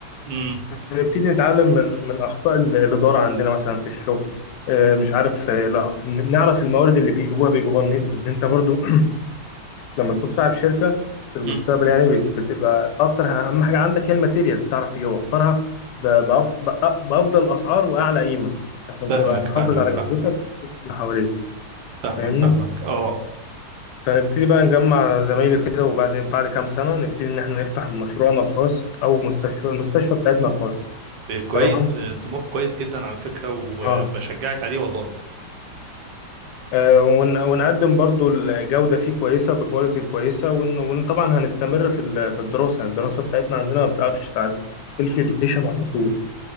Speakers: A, on the right; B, on the left.
A: امم
B: ونبتدي نتعلم من من اخطاء ال- الاداره عندنا مثلا في الشغل آه، مش عارف آه، لا- نعرف الموارد اللي بيجيبوها بيجيبوها منين لأن انت برضو لما تكون صاحب شركه في المستقبل
A: أمم.
B: يعني بت- بتبقى اكتر اهم حاجه عندك هي الماتيريال تعرف توفرها ب- بأبس- بأ- بافضل اسعار واعلى قيمه عشان
A: فاهمك
B: تبقى محافظ
A: فاهمك
B: على
A: فاهم
B: جودتك وسط اللي حواليك
A: فاهمك
B: فاهمني
A: فاهمك اه
B: فنبتدي بقى نجمع زمايلي كده وبعد بعد كام سنه نبتدي ان احنا نفتح مشروعنا الخاص او مستشفى المستشفى بتاعتنا الخاصه
A: كويس
B: تمام
A: طموح كويس جدا على فكرة وبشجعك
B: اه
A: عليه والله
B: آه، ون- ونقدم برضو الجودة فيه كويسة بكواليتي كويسة ون- وطبعا هنستمر في ال- في الدراسة يعني الدراسة بتاعتنا عندنا ما بتعرفش تعدي سيلف اديوكيشن على طول